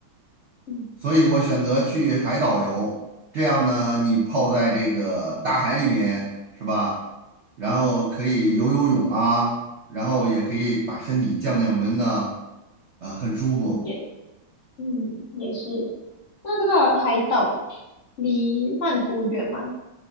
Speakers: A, on the left; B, on the right.
A: 嗯
B: 所以我选择去海岛游，这样呢，你泡在这个大海里面，是吧？然后可以游游泳啊，然后也可以把身体降降温呐，啊，很舒服。
A: 嗯，也嗯也是。那这个海岛离曼谷远吗？